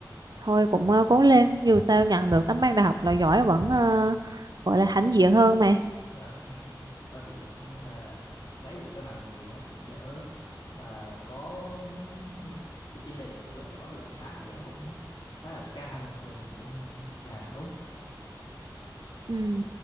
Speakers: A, on the right; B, on the left.
A: thôi cũng ờ, cố lên dù sao
B: dạ
A: nhận được tấm bằng đại học là giỏi vẫn ờ, gọi là hãnh diện hơn mà
B: dạ thôi thì cũng à, lấy được cái bằng thì nó cũng đỡ À, có <laughs> sự chênh lệch giữa loại giỏi và loại khá thì nó cũng khá là cao nên thôi mình cũng làm nốt
A: ừ.